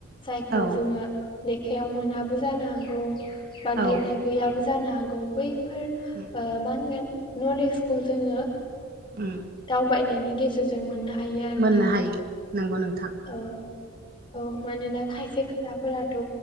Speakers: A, on the left (about 25°); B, on the right (about 45°).
A: जायखौ
B: औ
A: जोङो लेखायाव मोनाबो जानो हागौ बा
B: औ
A: लिरनाय गैयाबो जानो हागौ बैफोर
B: उम
A: ओ मा होनगोन नलेजखौ जोङो
B: उम
A: दावबायनायनि गेजेर जों मोननो हायो आरोना
B: मोननो हायो नंगौ नोंथां
A: औ औ मानोना खायसे खोथाफोराथ'